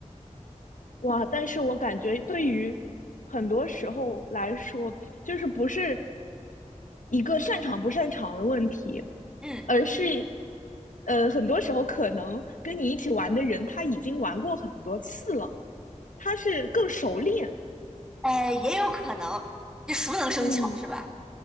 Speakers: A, on the left; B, in the centre.
A: 哇，但是我感觉对于很多时候来说，就是不是一个擅长不擅长的问题，
B: 嗯，
A: 而是，呃，很多时候可能跟你一起玩的人他已经玩过很多次了，他是更熟练。
B: 呃，也有可能，就熟能生巧是吧？
A: 嗯